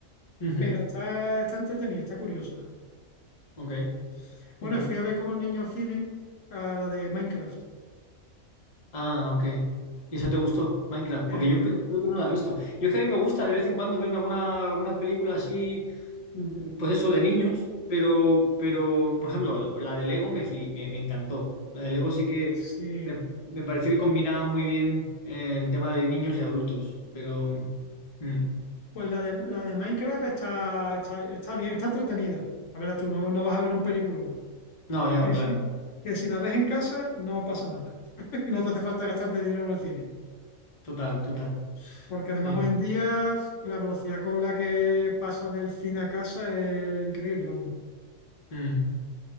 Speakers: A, on the left (about 35°); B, on the left (about 65°).
A: ujú.
B: pero está, está entretenida, está curiosa.
A: Ok,
B: Bueno,
A: ok.
B: fui a ver con los niños al cine, a la de Minecraft.
A: Ah, ok. ¿Y eso te gustó, Minecraft?
B: Eh,
A: Porque yo cre- creo que no la he visto. Yo es que a mí me gusta de vez en cuando verme alguna, alguna película así, mm, pues eso, de niños, pero, pero por ejemplo, la de Lego me, fli- me, me encantó. La de Lego sí que
B: Sí,
A: me, me pareció que combinaba muy bien eh, el tema de niños y adultos, pero... mm, mm.
B: Pues la de, la de Minecraft está, está, está bien, está entretenida. A ver, tú no, no vas a ver un peliculón.
A: no, yo,
B: Que
A: claro,
B: si, que si la ves en casa, no pasa nada. <laughs> No te hace falta gastarte dinero en el cine.
A: total, total.
B: Porque además
A: Sí,
B: hoy en día f- la velocidad con la que pasa del cine a casa es increíble. vamos.
A: mm,